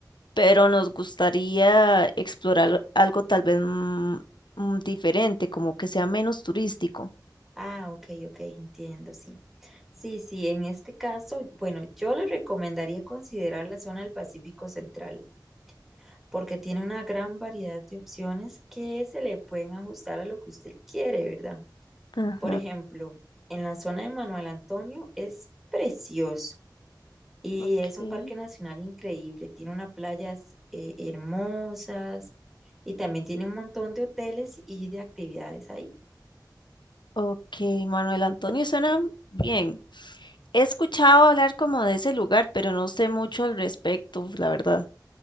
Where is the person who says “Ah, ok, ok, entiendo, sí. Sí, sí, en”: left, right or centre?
Centre